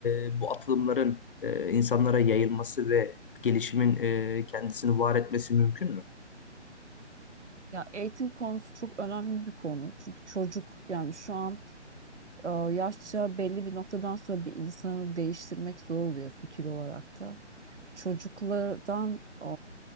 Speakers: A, on the left; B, on the right.
A: e, bu atılımların e, insanlara yayılması ve gelişimin e, kendisini var etmesi mümkün mü?
B: Ya eğitim konusu çok önemli bir konu. Çünkü çocuk yani şu an e, yaşça belli bir noktadan sonra bir insanı değiştirmek zor oluyor fikir olarak da. Çocuklardan e,